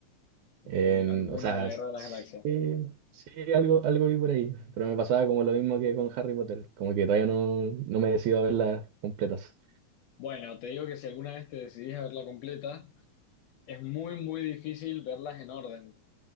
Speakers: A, on the right; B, on the left.
A: En-
B: o al- alguna
A: o sea,
B: de la Guerra de las Galaxias.
A: sí, sí, algo, algo vi por ahí, pero me pasaba como lo mismo que con Harry Potter, como que todavía no, no me decido a verlas completas.
B: Bueno, te digo que si alguna vez te decidís a verla completa, Es muy, muy difícil verlas en orden,